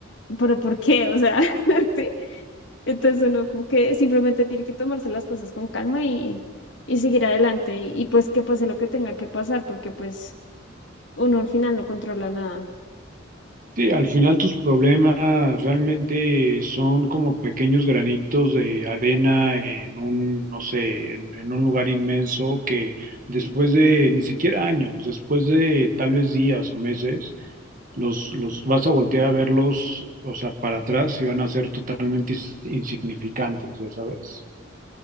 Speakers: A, on the left; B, on the right.
A: pero ¿por qué? O sea, <laughs> sí, entonces uno como que simplemente tiene que tomarse las cosas con calma y, y seguir adelante y pues que pase lo que tenga que pasar, porque pues uno al final no controla nada.
B: Sí, al final tus problemas realmente son como pequeños granitos de arena en un, no sé, en, en un lugar inmenso que después de ni siquiera años, después de tal vez días o meses, los, los vas a voltear a verlos, o sea, para atrás y van a ser totalmente ins- insignificantes, ya sabes.